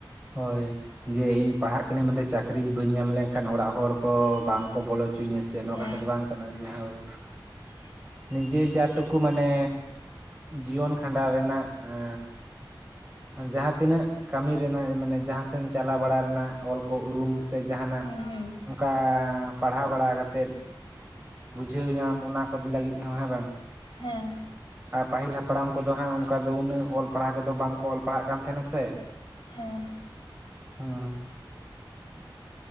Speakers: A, on the right; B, on the left.
A: ᱦᱳᱭ᱾ ᱡᱮ ᱤᱧ ᱯᱟᱲᱦᱟᱜ ᱠᱟᱹᱱᱟᱹᱧ ᱢᱮᱱᱛᱮ ᱪᱟᱹᱠᱨᱤ ᱵᱟᱹᱧ ᱧᱟᱢ ᱞᱮᱱᱠᱷᱟᱱ, ᱚᱲᱟᱜ ᱦᱚᱲ ᱠᱚ ᱵᱟᱝ ᱠᱚ ᱵᱚᱞᱚ ᱦᱚᱪᱚᱧᱟ ᱥᱮ ᱱᱚᱣᱟ
B: ᱦᱮᱸ
A: ᱠᱟᱛᱷᱟ ᱫᱚ ᱵᱟᱝ ᱠᱟᱱᱟ ᱡᱮ ᱦᱳᱭ᱾
B: <inaudible>
A: ᱱᱤᱡᱮ ᱡᱟ ᱴᱩᱠᱩ ᱢᱟᱱᱮ ᱡᱤᱭᱚᱱ ᱠᱷᱟᱸᱰᱟᱣ ᱨᱮᱱᱟᱜ ᱟᱸᱻ ᱡᱟᱦᱟᱸ ᱛᱤᱱᱟᱹᱜ ᱠᱟᱹᱢᱤ ᱨᱮᱱᱟᱜ, ᱢᱟᱱᱮ ᱡᱟᱦᱟᱸᱥᱮᱱ ᱪᱟᱞᱟᱣ ᱵᱟᱲᱟ ᱨᱮᱱᱟᱜ ᱚᱞ ᱠᱚ ᱩᱨᱩᱢ ᱥᱮ ᱡᱟᱦᱟᱱᱟᱜ
B: ᱦᱩᱸ ᱦᱩᱸ
A: ᱚᱱᱠᱟ ᱯᱟᱲᱦᱟᱣ ᱵᱟᱲᱟ ᱠᱟᱛᱮᱫ ᱵᱩᱡᱷᱟᱹᱣ ᱧᱟᱢ, ᱚᱱᱟ ᱠᱚ ᱞᱟᱹᱜᱤᱫ ᱦᱚᱸ ᱦᱮᱸ ᱵᱟᱝ?
B: ᱦᱮᱸ᱾
A: ᱟᱨ ᱯᱟᱹᱦᱤᱞ ᱦᱟᱯᱲᱟᱢ ᱠᱚᱫᱚ ᱦᱟᱸᱜ ᱚᱱᱠᱟ ᱫᱚ ᱩᱱᱟᱹᱜ ᱚᱞ ᱯᱟᱲᱦᱟᱣ ᱠᱚ ᱫᱚ ᱵᱟᱝ ᱠᱚ ᱚᱞ ᱯᱟᱲᱦᱟᱜ ᱠᱟᱱ ᱛᱟᱦᱮᱱᱟ ᱥᱮ᱾
B: ᱦᱮᱸ᱾
A: ᱦᱩᱸ᱾